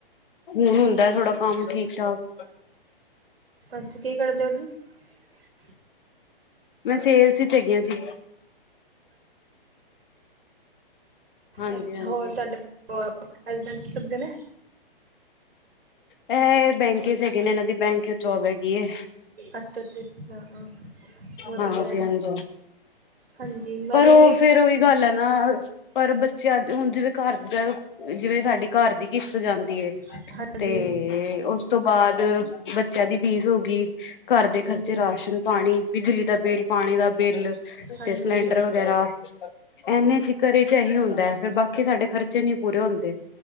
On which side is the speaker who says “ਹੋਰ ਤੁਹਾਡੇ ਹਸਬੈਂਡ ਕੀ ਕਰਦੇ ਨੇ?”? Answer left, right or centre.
Right